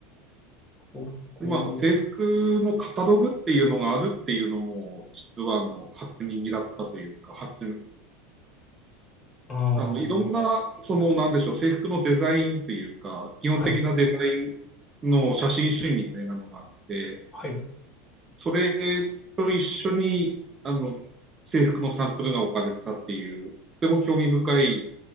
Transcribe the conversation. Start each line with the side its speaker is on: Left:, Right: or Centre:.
Left: ここ、
Right: 今の制服のカタログっていうのがあるっていうのも、実はあの、初耳だったというか、初
Left: ああ、は
Right: あの、いろんな、その、なんでしょう、制服のデザインというか、基本的なデザインの写真集みたいなのがあって、
Left: い、はい。
Right: それと一緒に、あの、制服のサンプルが置かれてたっていう、とても興味深い、